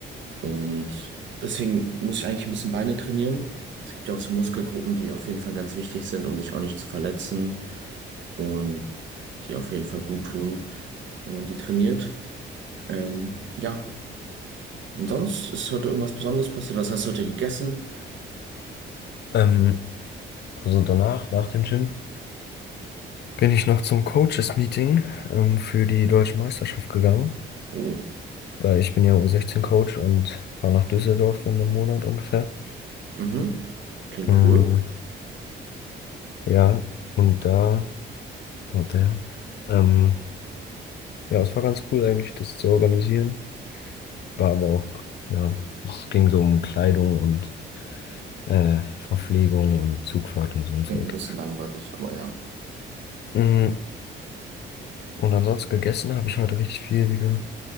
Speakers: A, on the right (about 70°); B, on the left (about 60°).
A: Und deswegen muss ich eigentlich ein bisschen Beine trainieren. Es gibt ja auch so Muskelgruppen, die auf jeden Fall ganz wichtig sind, um sich auch nicht zu verletzen und die auf jeden Fall gut tun, wenn man die trainiert. Ähm, ja. Und sonst ist heute irgendwas Besonderes passiert? Was hast du heute gegessen?
B: Ähm, also danach, nach dem Gym, bin ich noch zum Coaches-Meeting ähm, für die deutsche Meisterschaft gegangen,
A: Oh,
B: weil ich bin ja U16-Coach und fahre nach Düsseldorf in einem Monat ungefähr.
A: mhm. Klingt
B: Mhm.
A: cool.
B: Ja, und da, und der, ähm, ja, es war ganz cool eigentlich, das zu organisieren. War aber auch, ja, es ging so um Kleidung und äh, Verpflegung und Zugfahrt und so ein
A: Klingt
B: Zeug.
A: ein bisschen langweilig, aber ja.
B: Mm, Und ansonsten gegessen habe ich heute richtig viel, Digga.